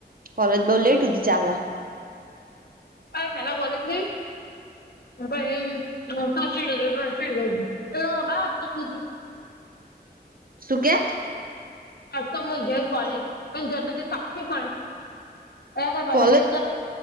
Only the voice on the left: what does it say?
હ સલા કોોલ છે ફડ ફડ બા તો સુધી
આ તો મ જલ કોલે પણ જે તાકે કડી એ કોઈ
ભ ત